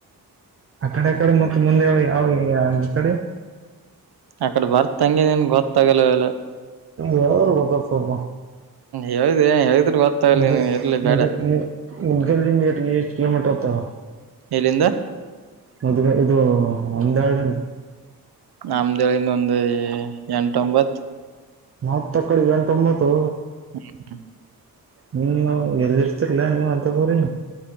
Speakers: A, on the right (about 35°); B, on the right (about 80°).
A: ಆ ಕಡೆ ಕಡೆ ಮತ್ತ ಮುಂದೆ ಯಾವ ಕಡೆ
B: ಅಕಡೆ ಬರ್ತಂಗೆ ನೀನ್ ಗೊತ್ತಾಗಲ್ಲ ಎಲ್ಲ
A: ಯಾರು ಗೊತ್ತತ್ ಸ್ವಲ್ಪ
B: ಹೇಳಿದೆ ಹೇಳಿದ್ರ ಗೊತ್ತಾಗಲ್ಲ
A: ಮು
B: ನೀನ್ ಇರ್ಲಿ
A: ಮು
B: ಬೇಡ
A: ಮುದಗಲ್ಲಿು ಕಲೋಮೀಟರ್ ಹತ್ತ
B: ಎಲ್ಲಿಂದ
A: ಮದ್ಗ ಇದು ಅಂದಾಳನು
B: ನಮ್ದಳಿಂದ ಒಂದು ಎಂಟೊಂಬತ್
A: ಮೂವತ್ತ ಕಡೆ ಗಂಟೊಂಬತ್ತು
B: ಹ್ಮ ಹ
A: ನೀನ್ ಎಲ್ಲಿ ಇರ್ತಿರ್ಲ ನೀವ್ ಅಂತಗೋ್ರಿ